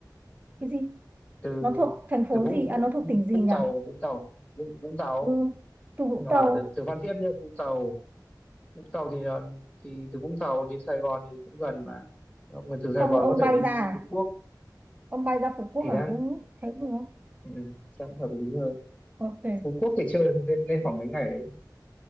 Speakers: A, on the right (about 20°); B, on the left (about 20°).
A: cái gì
B: từ
A: nó thuộc thành phố
B: từ Vũng
A: gì
B: Vũng
A: à nó thuộc tỉnh gì
B: Vũng
A: nhỉ
B: Tàu Vũng Tàu Vũng, Vũng Tàu
A: ừ, từ Vũng
B: mà
A: Tàu
B: được từ Phan Thiết nhá Vũng Tàu Vũng Tàu thì là, thì từ Vũng Tàu đến Sài Gòn thì cũng gần mà Mọi người từ Sài
A: xong
B: Gòn
A: rồi ông
B: có thể
A: bay
B: đi
A: ra à?
B: Phú Quốc
A: ông bay ra Phú Quốc
B: thì
A: à
B: đang
A: ừ, thế cũng được
B: ừ, đang hợp lý hơn
A: ok
B: Phú Quốc thì chơi lên, lên khoảng mấy ngày đấy